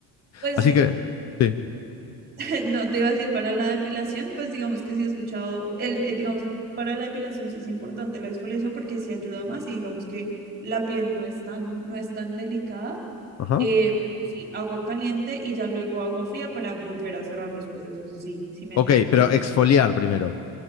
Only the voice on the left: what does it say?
Así que, sí.
Ajá.
Ok,
pero
exfoliar primero.